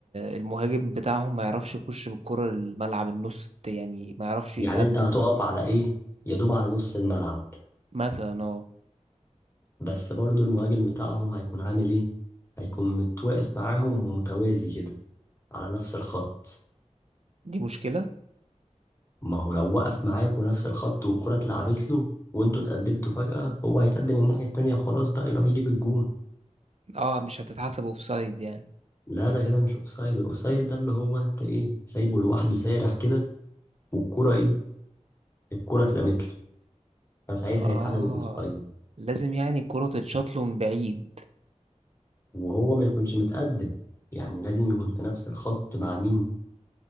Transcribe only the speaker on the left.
يعني
انت هتقف على ايه يا دوب على نص الملعب
بس برضو المهاجم بتاعهم هيكون عامل ايه هيكون متواقف معاهم متوازي كده على نفس الخط
ما هو لو وقف معاكوا نفس الخط والكرة اتلعبت له وانتوا اتقدمتوا فجأة هو هيتقدم الناحية التانية وخلاص بقى يروح يجيب الجون
لا ده كده مش اوفسايد الاوفسايد ده اللي هو انت ايه سايبه لوحده سارح كده والكرة ايه الكرة اترمت له فساعتها
يتحسب الاوفسايد
وهو ما يكونش متقدم يعني لازم يكون في نفس الخط مع مين